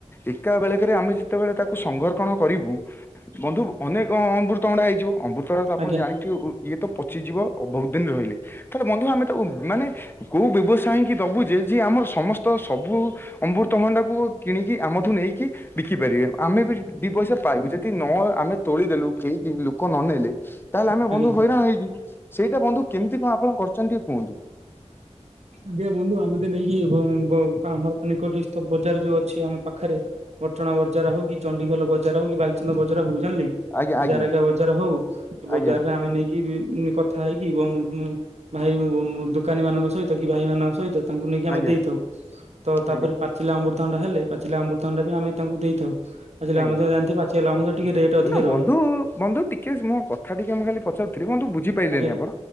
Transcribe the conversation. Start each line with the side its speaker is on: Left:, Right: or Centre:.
Left: ଏକା ବେଳେକେରେ ଆମେ ଯେତେବେଳେ ତାକୁ ସଂଘର୍ଷଣ କରିବୁ। ବନ୍ଧୁ ଅନେକ ଅମୃତଭଣ୍ଡା ହେଇଯିବ ଅମୃତ ତ ଆପଣ
Right: ଆଜ୍ଞା
Left: ଜାଣିଥିବେ ଇଏ ତ ପଚିଯିବ ବହୁତ ଦିନ ରହିଲେ ତାହେଲେ ବନ୍ଧୁ ଆମେ ତ ମାନେ କୋଉ ବ୍ୟବସାୟ ଆଣିକି ଦବୁ ଯେ ଯିଏ ଆମର ସମସ୍ତ ସବୁ ଅମୃତଭଣ୍ଡାକୁ କିଣିକି ଆମଠୁ ନେଇକି ବିକି ପାରିବେ ଆମେ ବି ଦି ପଇସା ପାଇବୁ ଯଦି ନ ଆମେ ତୋଳିଦେଲୁ କେହି ଲୋକ ନନେଲେ ତାହେଲେ ଆମେ
Right: ଆଜ୍ଞା
Left: ବନ୍ଧୁ ହଇରାଣ ହେଇଯିବୁ ସେଇଟା ବନ୍ଧୁ କେମିତି କଣ ଆପଣ କରୁଛନ୍ତି ଟିକେ କୁହନ୍ତୁ?
Right: ଆଜ୍ଞା ବନ୍ଧୁ ଆମେ ତ ନେଇକି ଆମର ପା ନିକଟ ବଜାର ଯୋଉ ଅଛି ଆମ ପାଖରେ। ପାଟଣା ବଜାର ହଉ କି ଚଣ୍ଡିଖୋଲ ବଜାର ହଉ କି ବାଲଚନ୍ଦ ବଜାର ହଉ ଜାଣିଲେ
Left: ଆଜ୍ଞା
Right: କି
Left: ଆଜ୍ଞା
Right: ଜାରେକା ବଜାର ହଉ ବଜାରରେ
Left: ଆଜ୍ଞା
Right: ଆମେ ନେଇକି କଥା ହେଇ କି ଭାଇ ଦୋକାନୀ ମାନଙ୍କ ସହିତ କି ଭାଇମାନଙ୍କ ସହିତ ତାଙ୍କୁ ନେଇକି ଆମେ
Left: ଆଜ୍ଞା
Right: ଦେଇଥାଉ ତ ତାପରେ
Left: ଆଜ୍ଞା
Right: ପାଚିଲା ଅମୃତଭଣ୍ଡା ଟା ହେଲେ ପାଚିଲା ଅମୃତଭଣ୍ଡା ଟା ବି ଆମେ ତାଙ୍କୁ ଦେଇଥାଉ। ପାଚିଲା
Left: ଆଜ୍ଞା
Right: ଆମ୍ବ ତ ଜାଣିିଥିବେ ପାଚିଲା ଆମ୍ବ ତ ଟିକେ ରେଟ୍ ଅଧିକା
Left: ନା ବନ୍ଧୁ
Right: ରହେ
Left: ବନ୍ଧୁ ଟିକେ ମୋ କଥା ଟିକେ ମୁଁ ଖାଲି ପଚାରୁଥିଲି ବନ୍ଧୁ ବୁଝିପାରିଲନି
Right: ଆଜ୍ଞା
Left: ଆପଣ